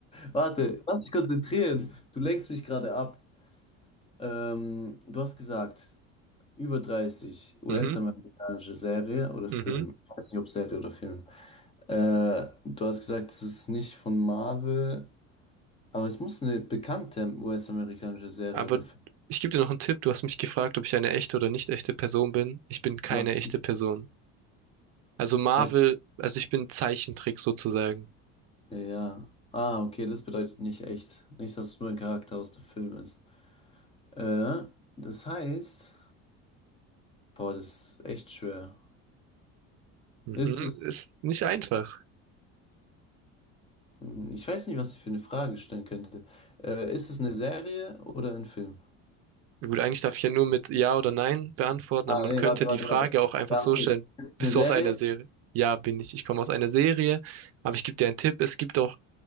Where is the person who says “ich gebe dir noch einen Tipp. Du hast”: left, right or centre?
Right